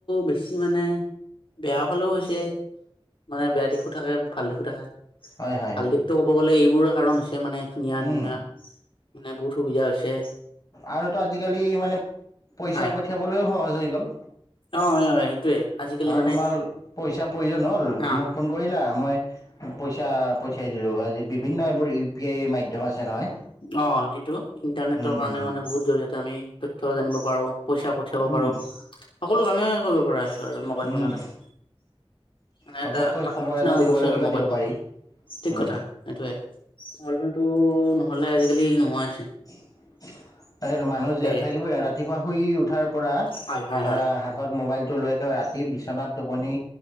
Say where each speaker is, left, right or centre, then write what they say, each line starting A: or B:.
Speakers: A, on the left; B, on the left.
A: বেছি মানে বেয়া ফালেও হৈছে মানে বেয়া দিশো থাকে ভাল দিশো থাকে।
B: হয় হয়
A: ভাল
B: হয়
A: দিশতটো ক'ব গ'লে এই বোৰ কাৰণ হৈছে । তেওঁ মানে ধুনীয়া
B: উম
A: ধুনীয়া। মানে বহুত সুবিধা হৈছে।
B: আৰুতো আজিকালি পিইচা
A: হয়
B: পঠিয়াবলৈ সহজ হৈ গ'ল,
A: অ হয় হয় সেইটোয়ে আজিকালি
B: ধৰা
A: মানে
B: তোমাৰ পিইচা প্ৰয়োজন হ'ল,
A: অ
B: মোক ফোন কৰিলা, মই পইচা পঠিয়াই দিলো আজি। বিভিন্ন এইবোৰ ইউ পি আইয়ে মাধ্যম আছে নহয়
A: অঁ সেইটো, ইণ্টাৰনেটৰ
B: উম
A: কাৰণে
B: উম
A: মানে বহুত জৰিয়তে আমি তথ্য জানিব পাৰোঁ পইচা পঠিয়াব
B: উম
A: পাৰো, সকলো কামেই কৰিব পৰা আছো আৰু মোবাইল
B: উম
A: ফোনত এটা, মানে
B: ঘপককৈ
A: এটা মানুহৰ
B: খবৰ
A: নিচিনা
B: এটা
A: হৈ
B: দিব
A: গৈছে
B: লাগিলে
A: আৰু মোবাইল
B: দিব
A: ফোনটো,
B: পাৰি
A: ঠিক
B: উম
A: কথা, সেইটয়ে। অু <unintelligible> নহলে আজিকালি নোৱাৰে
B: <unintelligible> তাকে মানুহ
A: তাকে
B: যে থাকিবই ৰা-ৰাতিপুৱা সুই উঠাৰ পৰা আ,
A: হয় হয় হয়
B: হাতত মোবাইলটো লৈ একেবাৰে ৰাতি বিছ বিছনাত টোপনি